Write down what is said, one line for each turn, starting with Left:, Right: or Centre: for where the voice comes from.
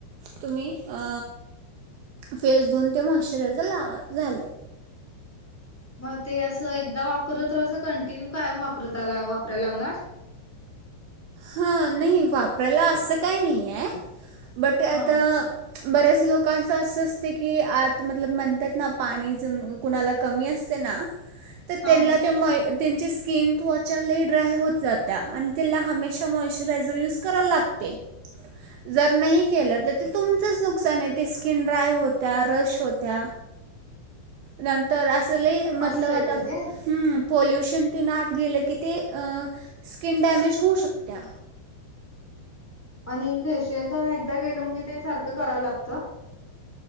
Right: तुम्ही अ फेस धुवून ते मॉश्चरायझर लावा, झालं.
Centre: मग ते असं एकदा वापरलं तर असं कंटिन्यू कायम वापरत आला. लावणार?
Right: हा नाही वापरायला असं काही नाहीय. बट आता
Centre: हा
Right: बऱ्याच लोकांच असं असते की, आत मतलब म्हणतात ना पाणी कुणाला कमी असते ना? तर
Centre: हा
Right: त्यांला
Centre: हा
Right: त्या माॅय त्यांची स्किन त्वचा लय ड्राय होत जात्या आणि त्याला हमेश मॉइश्चरायजर युज कराल लागते जर नाही केलं त ते तुमचाच नुकसान आहे ते स्किन ड्राय होत्या रश होत्या नंतर अजू अस मतल
Centre: असं
Right: आता
Centre: आहे का ते
Right: पोल्युशन <unintelligible> ते ना आत गेलं की ते अ स्किन डॅमेज होऊ शकते त्या
Centre: आणि फेशियल तर एकदा केल म्हणजे ते सारखं करावं लागतं